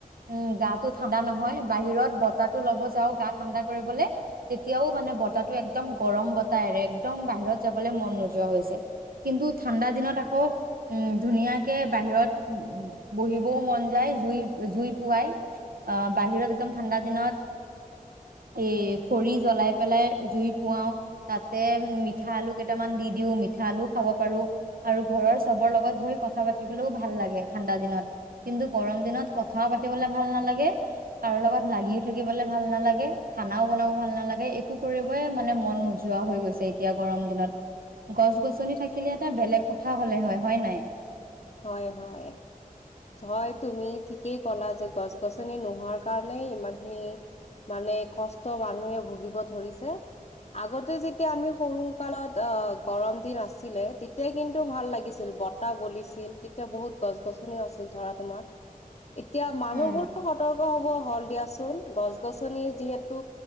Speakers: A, on the right (about 75°); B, on the left (about 45°).
A: উম গাটো ঠাণ্ডা নহয় বাহিৰত বতাহটো ল'ব যাও গা ঠাণ্ডা কৰিবলৈ তেতিয়াও মানে বতাহটো একদম গৰম বতাহৰে একদম বাহিৰত যাবলে মন নোযোৱা হৈছে কিন্তু ঠাণ্ডা দিনত আকৌ উম ধুনীয়াকে বাহিৰত বহিবও মন যায় জুই জুই পোৱাই আ বাহিৰত একদম ঠাণ্ডা দিনত এ খৰি জ্বলাই পেলাই জুই পুৱাও তাতে মিঠা আলু কেইটামান দি দিও মিঠা আলুও খাব পাৰো আৰু ঘৰৰ চবৰ লগত বহি কথা পাতিবলৈও ভাল লাগে ঠাণ্ডা দিনত কিন্তু গৰম দিনত কথা পাতিবলে ভাল নালাগে কাৰো লগত লাগিও থাকিবলৈ ভাল নালাগে খানাও বনাব ভাল নালাগে একো কৰিবই মানে মন নোযোৱা হৈ গৈছে এতিয়া গৰম দিনত গছ গছনি থাকিলে এটা বেলেগ কথা হলে হয় হয় নাই
B: হয় হয় হয় তুমি ঠিকেই ক'লা যে গছ গছনি নোহোৱাৰ কাৰণেই ইমান খিনি মানে কষ্ট মানুহে ভুগিব ধৰিছে আগতে যেতিয়া আমি সৰু কালত আ গৰম দিন আছিলে তেতিয়া কিন্তু ভাল লাগিছিল বতাহ বলিছিল আছিল তেতিয়া বহুত গছ গছনিও আছিল ধৰা তোমাৰ এতিয়া মানুহবোৰো
A: উম
B: সতৰ্ক হব হ'ল দিয়াচোন গছ গছনি যিহেতু